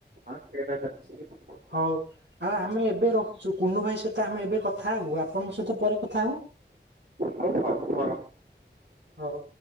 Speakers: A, on the right (about 50°); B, on the right (about 70°).
A: <unintelligible>
B: ହଉ ଆଉ ଆମେ ଏବେ ରହୁଛୁ କୁନୁ ଭାଇ ସହିତ ଆମେ ଏବେ କଥା ହବୁ ଆପଣଙ୍କ ସହିତ ପରେ କଥା ହବୁ।
A: ହଉ ହଉ ହ
B: ହଉ।